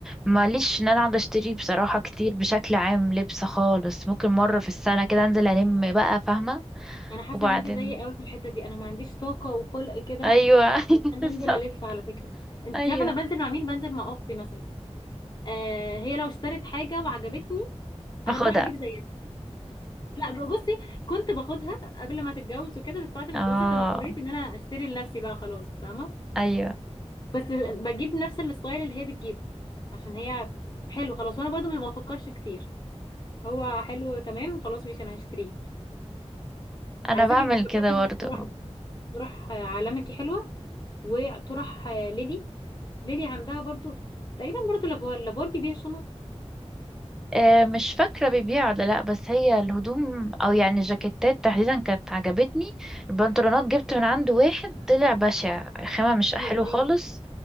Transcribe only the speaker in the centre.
ماليش ان انا اقعد اشتري بصراحه كتير بشكل عام لبس خالص ممكن مره في السنه كده انزل الم بقى فاهمه
وبعدين
ايوه
<laughs> بالظبط.
ايوه
باخدها
<laughs>
اه
ايوه
انا
بعمل
كده برضو
آه، مش فاكرة بيبيع ولا لأ بس هي الهدوم أو يعني الجاكيتات تحديدا كانت عجبتني البنطلونات جبت من عنده واحد طلع بشع خامة مش حلو
خالص